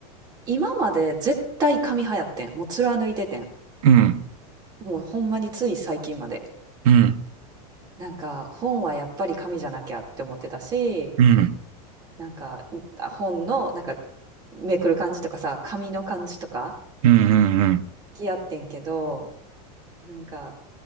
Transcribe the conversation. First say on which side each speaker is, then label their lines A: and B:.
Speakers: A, on the right (about 20°); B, on the right (about 60°).
A: 今まで絶対紙派やってん。もう貫いててん。
B: うん、
A: もうほんまについ最近まで。
B: うん、
A: なんか本はやっぱり紙じゃなきゃって思ってたし、
B: うん、
A: なんかうあ本のなんかめくる感じとかさ、紙の感じとか
B: うん、うん、うん。
A: 好きやってんけど、なんか